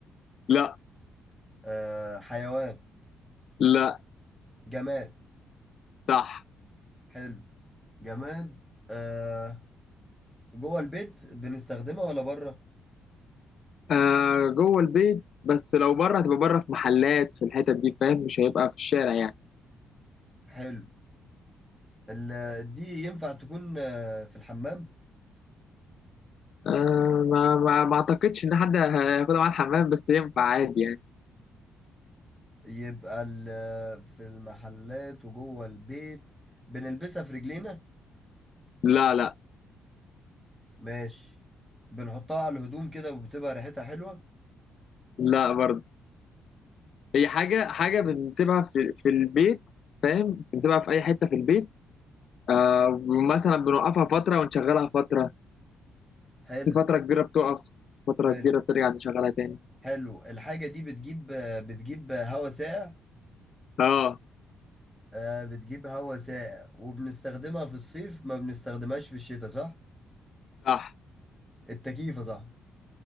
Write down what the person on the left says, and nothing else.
لا
لا
صح
آه... جوه البيت بس لو بره هتبقى بره في محلات في الحتت دي فاهم مش هيبقى في الشارع يعني
آه... ما... ما ما اعتقدش ان حد هياخدها معاه الحمام بس ينفع عادي يعني
لا لا
لا برضه هي حاجة حاجة بنسيبها في في البيت فاهم بنسيبها في اي حتة في البيت آه مثلا بنوقفها فترة ونشغلها فترة
في فترة كبيرة بتقف فترة
كبيرة بترجع نشغلها تاني
اه
صح